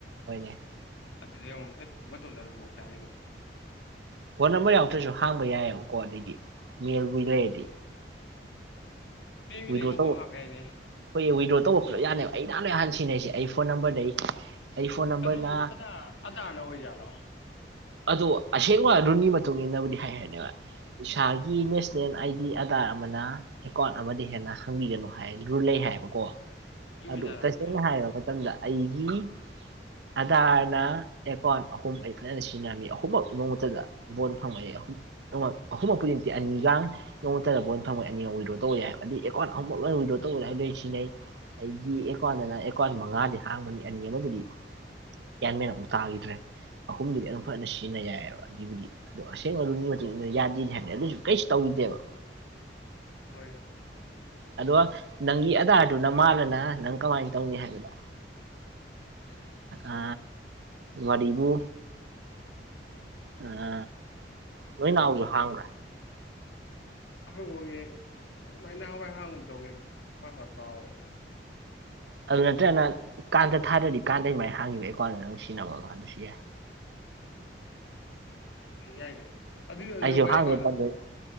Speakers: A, on the right; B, on the left.
A: ꯍꯣꯏꯅꯦ
B: ꯑꯗꯨꯗꯤ ꯑꯃꯨꯛ ꯆꯠ ꯃꯇꯣꯟꯗ ꯑꯗꯨꯝ ꯕꯣꯛ ꯆꯥꯒꯤꯅꯤ ꯌꯦꯡꯉꯣ
A: ꯐꯣꯟ ꯅꯝꯕꯔ ꯌꯥꯎꯗ꯭ꯔꯁꯨ ꯍꯥꯡꯕ ꯌꯥꯏꯑꯕꯀꯣ ꯑꯗꯩꯗꯤ ꯃꯦꯜꯕꯨ ꯂꯩꯔꯗꯤ
B: ꯄꯦꯡꯒꯤꯗꯤ
A: ꯋꯤꯗ꯭ꯔꯣ
B: ꯑꯃꯨꯛꯄꯨ
A: ꯇꯧꯕ
B: ꯍꯥꯞ ꯌꯥꯏꯅꯦ
A: ꯑꯩꯈꯣꯏ ꯋꯤꯗ꯭ꯔꯣ ꯇꯧꯕ ꯄꯨ ꯂꯣꯏ ꯌꯥꯅꯦꯕ ꯑꯩ ꯅꯍꯥꯟꯣꯏꯍꯥꯟ ꯁꯤꯟꯅꯔꯤꯁꯦ ꯑꯩ ꯐꯣꯟ ꯅꯝꯕꯔꯗꯩ ꯑꯩ ꯐꯣꯟ ꯅꯝꯕꯔꯅ
B: ꯑꯗꯨ ꯑꯗꯥ ꯑꯗꯥꯅ ꯑꯣꯏꯖꯥꯠꯂꯣ
A: ꯑꯗꯣ ꯑꯁꯦꯡꯕ ꯑꯗꯨꯒꯤ ꯃꯇꯨꯡ ꯏꯟꯅꯕꯨꯗꯤ ꯍꯥꯏ ꯍꯥꯏꯔꯅꯦꯕ ꯏꯁꯥꯒꯤ ꯅꯦꯁꯅꯦꯜ ꯑꯥꯏꯗꯤ ꯑꯗꯥ ꯑꯃꯅ ꯑꯦꯀꯥꯎꯟꯠ ꯑꯃ ꯍꯦꯟꯅ ꯍꯪꯕꯤꯒꯅꯨ ꯍꯥꯏ ꯔꯨꯜ ꯂꯩ ꯍꯥꯏꯕꯀꯣ
B: ꯑꯣꯏꯖꯥꯠꯂ
A: ꯑꯗꯨ ꯇꯁꯦꯡꯅ
B: ꯈꯪꯗꯦ
A: ꯍꯥꯏꯔꯕ ꯃꯇꯝꯗ ꯑꯩꯒꯤ ꯑꯙꯔꯅ ꯑꯦꯀꯥꯎꯟꯠ ꯑꯍꯨꯝ ꯐꯖꯅ ꯁꯤ ꯁꯤꯖꯤꯟꯅꯔꯝꯃꯤ ꯑꯍꯨꯝꯃꯛ ꯅꯣꯡꯃꯇꯗ ꯕꯣꯠ ꯐꯪꯅꯩ ꯑꯍꯨꯝꯃꯛ ꯄꯨꯗꯤ ꯅꯠꯇꯦ ꯑꯅꯤꯒ ꯅꯣꯡꯃꯥꯇꯗ ꯕꯣꯟ ꯐꯪꯕꯩ ꯑꯅꯤꯔꯛ ꯋꯤꯗ꯭ꯔꯣ ꯇꯧꯕ ꯌꯥꯏꯕ ꯑꯗꯤ ꯑꯦꯀꯥꯎꯟꯠ ꯑꯃꯨꯛ ꯂꯣꯏ ꯋꯤꯗ꯭ꯔꯣ ꯇꯧꯔꯦ ꯍꯥꯏꯗꯤ ꯑꯩ ꯁꯤꯟꯅꯩ ꯑꯩꯒꯤ ꯑꯦꯀꯥꯎꯟꯠꯗꯅ ꯑꯦꯀꯥꯎꯟꯠ ꯃꯉꯥꯗꯤ ꯍꯥꯡꯕꯅꯤ ꯑꯅꯤ ꯑꯃꯗꯗꯤ ꯒ꯭ꯌꯥꯟꯃꯦꯟ ꯑꯃꯨꯛ ꯇꯥꯈꯤꯗ꯭ꯔꯦ ꯑꯍꯨꯝꯗꯨꯗꯤ ꯑꯗꯨ ꯐꯅ ꯁꯤꯟꯅ ꯌꯥꯏꯑꯕ ꯑꯗꯨꯏꯕꯨꯗꯤ ꯑꯗꯣ ꯑꯁꯦꯡꯕ ꯔꯨꯜꯒꯤ ꯃꯇꯨꯡꯏꯟꯅ ꯌꯥꯗꯦ ꯍꯥꯏꯕꯅ ꯑꯗꯨꯁꯨ ꯀꯩꯁꯨ ꯇꯧꯗꯦꯕ
B: ꯍꯣꯏ
A: ꯑꯗꯣ ꯅꯪꯒꯤ ꯑꯙꯥꯔꯗꯨꯅ ꯃꯥꯜꯂꯅ ꯅꯪ ꯀꯃꯥꯏ ꯇꯧꯅꯤ ꯍꯥꯏꯕꯗꯣ ꯑ ꯋꯥꯔꯤꯕꯨ ꯑ ꯅꯣꯏ ꯅꯥꯎꯁꯨ ꯍꯥꯡꯕ꯭ꯔꯥ
B: ꯑꯩꯈꯣꯏ <unintelligible> ꯃꯥꯏ ꯅꯍꯥꯟꯋꯥꯏ ꯇꯧꯈꯤꯝꯅꯦ ꯄꯥꯁꯋꯥꯔꯗ ꯀꯥꯎꯔꯦꯗ
A: ꯑꯗꯨ ꯅꯠꯇ꯭ꯔꯒꯅ ꯀꯥꯟꯗ ꯊꯥꯗꯗꯤ ꯀꯥꯟꯗꯩꯃꯥꯏꯅ ꯍꯥꯏꯝꯃꯦ ꯑꯦꯀꯥꯎꯟꯗ ꯅꯪ ꯁꯤꯅꯕ ꯑꯗꯨꯁꯨ ꯌꯥꯏ
B: <unintelligible> ꯑꯗꯨ ꯑꯣꯏꯗꯤ
A: ꯑꯩꯁꯨ
B: ꯃꯥꯏ
A: ꯍꯥꯡꯒꯦ
B: ꯑꯀꯥꯎꯟꯠꯗꯣ
A: ꯇꯟꯗ